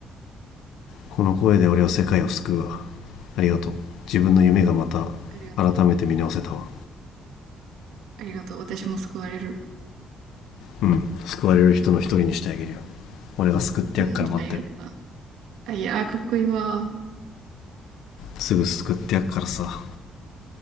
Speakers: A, on the left; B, on the right.
A: この声で俺は世界を救うわ。ありがとう。自分の夢がまた
B: ありがとう。
A: 改めて見直せたわ。
B: ありがとう。私も救われる。
A: うん。救われる人の一人にしてあげるよ。俺が救ってやっから待ってる。
B: うん、ありがとう。あ、いや、あかっこいいわ。
A: すぐ救ってやっからさ。